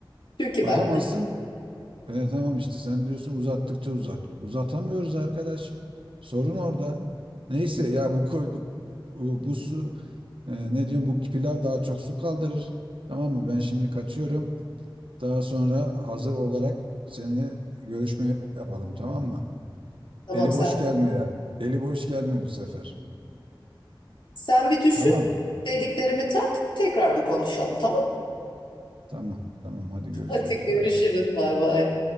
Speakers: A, on the left (about 75°); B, on the right (about 85°).
A: Çünkü
B: Bakamazsın.
A: ben kadın.
B: E, tamam işte sen diyorsun uzattıkça uzat. Uzatamıyoruz arkadaş. Sorun orada. Neyse ya bu koy- bu, bu, bu su e, ne diyorum bu pilav daha çok su kaldırır. Tamam mı? Ben şimdi kaçıyorum. Daha sonra hazır olarak seninle görüşme yapalım tamam mı?
A: Tamam
B: Eli
A: sen
B: boş gelme yani. Eli boş gelme bu sefer.
A: Sen bir düşün.
B: Tamam.
A: Dediklerimi tart, tekrar bir konuşalım, tamam?
B: Tamam. Tamam. Hadi görüşürüz.
A: Hadi görüşürüz,
B: Bay bay.
A: bay bay.